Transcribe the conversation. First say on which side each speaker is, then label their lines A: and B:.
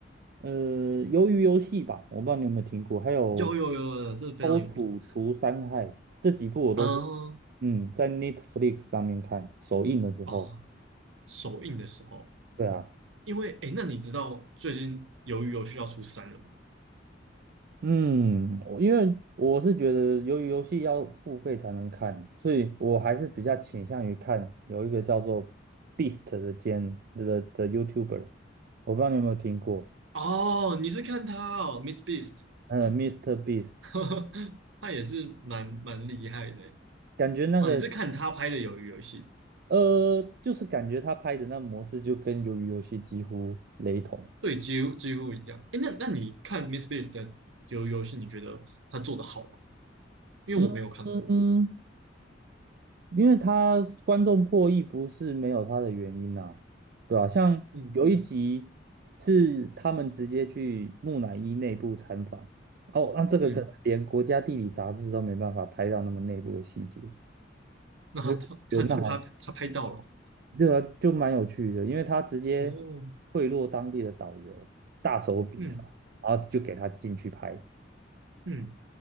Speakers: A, on the right; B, on the right.
A: 呃，鱿鱼游戏吧，我不知道你有没有听过，还有
B: 有有有有，这非常有名。
A: 周楚除三害这几部我都是，
B: 嗯，
A: 嗯，在 Netflix 上面看，首映的时候，
B: 哦，首映的时候。
A: 对啊，
B: 因为诶，那你知道最近《鱿鱼游戏》要出三了吗？
A: 嗯，我因为我是觉得，由于游戏要付费才能看，所以我还是比较倾向于看有一个叫做 Beast 的间的的 YouTuber，我不知道你有没有听过，
B: 哦，你是看他哦，Miss Beast，
A: 呃，Mr. i s t e Beast，
B: <laughs> 他也是蛮蛮厉害的诶
A: 感觉那个
B: 哦，你是看他拍的《鱿鱼游戏》？
A: 呃，就是感觉他拍的那模式就跟鱿鱼游戏几乎雷同。
B: 对，几乎几乎一样。诶，那那你看 Miss Beast 的《鱿鱼游戏》，你觉得他做的好吗？因为我没有看过。
A: 嗯嗯嗯，因为他观众破亿不是没有他的原因呐、啊对吧、像有一集
B: 嗯
A: 是他们直接去木乃伊内部参访，哦，那这个可能连国家地理杂志都没办法拍到那么内部的细节，
B: 嗯，那他他他他拍他拍到了
A: 就原来对啊，就蛮有趣的，因为他直接
B: 哦。
A: 贿赂当地的导游，大手笔杀，
B: 嗯
A: 然后就给他进去拍
B: 嗯，